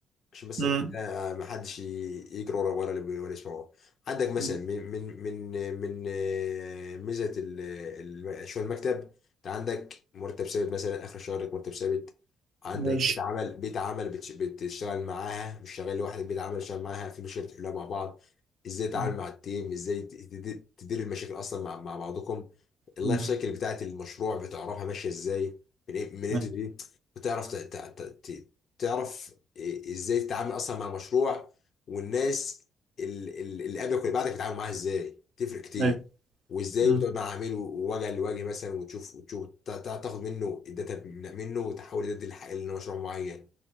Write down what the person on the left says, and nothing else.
عشان بس
نكون- آه، ما حدش ي- يجري ورا ورا اللي بي- ولا يسمعه عندك مثلا
من من من من آه، ميزه ال- ال- شغل المكتب انت عندك مرتب ثابت مثلا اخر الشهر لك مرتب ثابت عندك
بيت عمل بيت عمل بتش- بتشتغل معاها مش شغال لوحدك بيت عمل شغال معاها في مشاكل تحلها مع بعض ازاي تتعامل
مع التيم ازاي ت- تد- تدير المشاكل اصلا مع مع بعضكم اللايف
سايكل بتاعت المشروع بتعرفها ماشيه ازاي من ايه من ايه
تو دي بتعرف ت- ت- ت- تعرف إيه- ازاي تتعامل اصلا مع مشروع والناس ال- ال- اللي قبلك واللي بعدك بتتعامل معاها ازاي تفرق كتير
وازاي
بتقعد مع عميل وجه لوجه مثلا وتشوف وتشوف تا- تا- تاخد منه الداتا من- منه وتحول الداتا دي لح- لمشروع معين